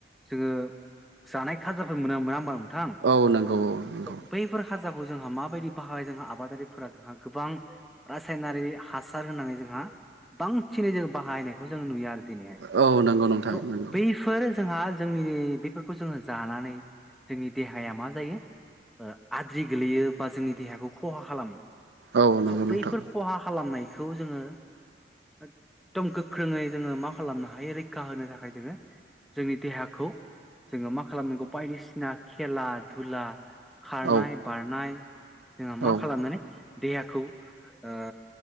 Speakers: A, in the centre; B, on the right (about 80°).
A: जोङो जानाय खाजाफोर मोनो मोना ओमबा नोंथां
B: औ नंगौ औ नंगौ
A: स' बैफोर खाजाखौ जोंहा माबायदि बाहाय जोंहा आबादारिफोरा जोंहा गोबां रासायनारि हासार होनानै जोंहा बांसिनै जों बाहायनायखौ जों नुयो आरो दिनैहाय
B: औ नंगौ नोंथां
A: स
B: नंगौ
A: बैफोर जोंहा जोंनि बेफोरखौ जोङो जानानै जोंनि देहाया मा जायो आद्रि गोलैयो बा जोंनि देहाखौ खहा खालामो
B: औ नंगौ
A: स
B: नोंथां
A: बैफोर खहा खालामनायखौ जोङो एकदम गोख्रोङै जोङो मा खालामनो हायो रैखा होनो थाखाय जोङो जोंनि देहाखौ जोङो मा खालामनांगौ बायदिसिना खेला धुला खारनाय
B: औ
A: बारनाय जोंहा मा
B: औ
A: खालामनानै देहाखौ ओ